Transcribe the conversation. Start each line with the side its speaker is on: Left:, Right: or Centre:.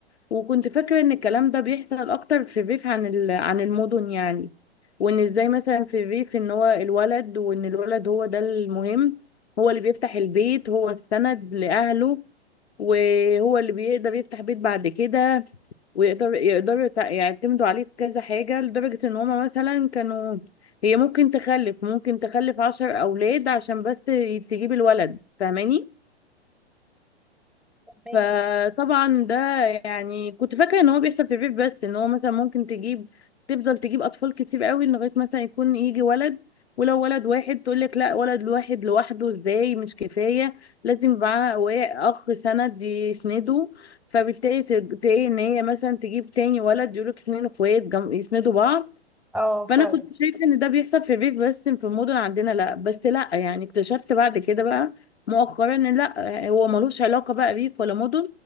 Left: وكنت فاكرة ان الكلام ده بيحصل اكتر في الريف عن ال- عن المدن يعني وان ازاي مثلا في الريف ان هو الولد وان الولد هو ده المهم هو اللي بيفتح البيت هو السند لأهله وهو اللي بيقدر يفتح بيت بعد كده ويقدر يقدروا يتع- يعتمدوا عليه في كذا حاجة لدرجة ان هما مثلا كانوا هي ممكن تخلف ممكن تخلف عشر أولاد عشان بس تجيب الولد فاهماني
Centre: ماكي
Left: فطبعا ده يعني كنت فاكره ان هو بيحصل في الريف بس ان هو مثلا ممكن تجيب تفضل تجيب اطفال كتير قوي لغايه مثلا يكون يجي ولد ولو ولد واحد تقول لك لا ولد واحد لوحده ازاي مش كفايه لازم يبقى معاه و- اخ سند يسنده فبالتالي تلاقي ان هي مثلا تجيب تاني ولد يقول لك اتنين اخوات جم- يسندوا بعض
Centre: اه
Left: فانا
Centre: فعلا
Left: كنت شايفه ان ده بيحصل في الريف بس في المدن عندنا لا بس لا يعني اكتشفت بعد كده بقى مؤخرا ان لا هو ملوش علاقه بقى ريف ولا مدن